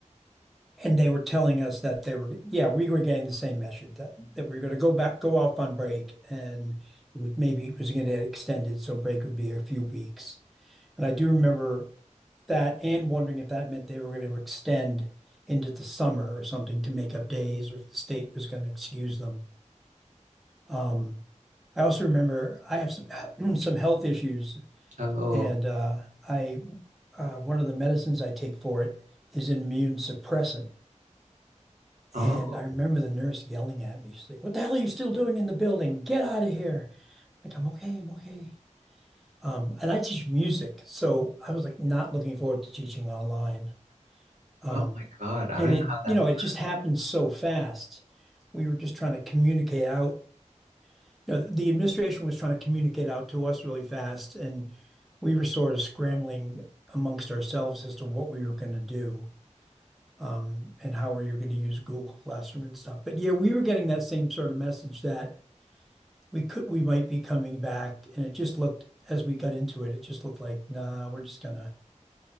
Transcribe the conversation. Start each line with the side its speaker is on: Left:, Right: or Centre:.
Centre: And they were telling us that they were, yeah, we were getting the same message that, that we were going to go back, go off on break, and it would, maybe it was going to get extended, so break would be a few weeks. And I do remember that and wondering if that meant they were going to extend into the summer or something to make up days, or if the state was going to excuse them. Um, I also remember I have some <clears throat> some health issues,
Right: Oh,
Centre: and uh, I uh, one of the medicines I take for it is an immune suppressant.
Right: oh,
Centre: And I remember the nurse yelling at me. She's like, "What the hell are you still doing in the building? Get out of here!" Like, I'm okay, I'm okay. Um, and I teach music, so I was like not looking forward to teaching online. Um,
Right: oh my God. I
Centre: and
Right: don't even
Centre: it,
Right: know how that
Centre: you know,
Right: works.
Centre: it just happened so fast. We were just trying to communicate out. You know, the administration was trying to communicate out to us really fast, and we were sort of scrambling amongst ourselves as to what we were going to do um, and how are you going to use Google Classroom and stuff. But yeah, we were getting that same sort of message that we could we might be coming back, and it just looked as we got into it, it just looked like nah, we're just gonna